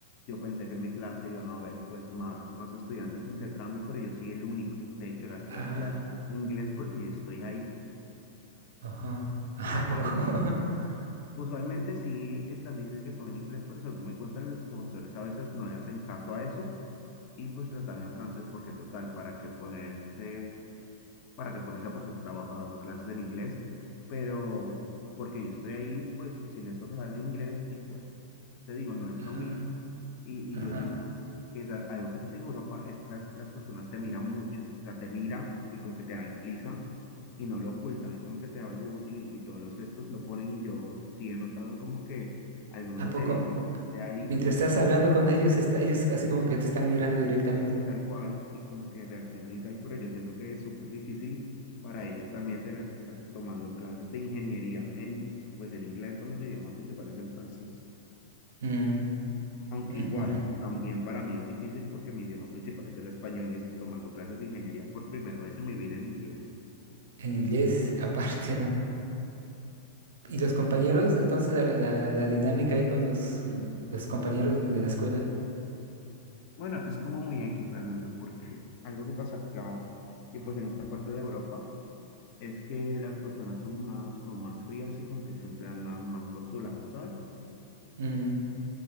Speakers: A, on the left; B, on the right.
A: Yo pensé que en mi clase iban a haber pues más, más estudiantes de intercambio, pero yo soy el único. De hecho, las clases
B: Ah,
A: las inglés porque yo estoy ahí.
B: ajá. ¿A poco?
A: Usualmente,
B: <laughs>
A: usualmente sí están, dicen que son en inglés, pero según me cuentan los profesores a veces no le hacen caso a eso y pues las dan en francés porque total, ¿para qué ponerse para que ponerse por su trabajo dando clases en inglés, pero porque yo estoy ahí, pues si les toca dar el inglés y pues te digo, no es
B: Ah,
A: lo mismo y,
B: ajá.
A: y yo siento que es a- algo que pasa en Europa, es las, las personas te miran mucho, o sea, te miran y como que te analizan y no lo ocultan, es como que te evalúan y, y todos los gestos lo ponen y yo sí he notado como que algunos
B: ¿A
A: desearían
B: poco?
A: que yo esté ahí
B: Mientras estás hablando con ellos, está, ellos así como que te están mirando directamente.
A: y tal cual, y como que reaccionan y tal, pero yo siento que es súper difícil para ellos también tener que estar tomando clases de ingeniería en, pues en inglés cuando su idioma principal es el francés.
B: Mm,
A: Aunque
B: <laughs>
A: igual,
B: ujujú.
A: también para mí es difícil porque mi idioma principal es el español y estoy tomando clases de ingeniería por primera vez en mi vida en inglés.
B: en inglés <laughs> aparte, ¿no? Y los compañeros, entonces la, la- la dinámica ahí con los, los compañeros de la escuela.
A: Bueno, es como muy X realmente porque algo que pasa acá y pues en esta parte de Europa es que las personas son más, son más frías y como que siempre andan más por su lado, ¿sabes?
B: Mm,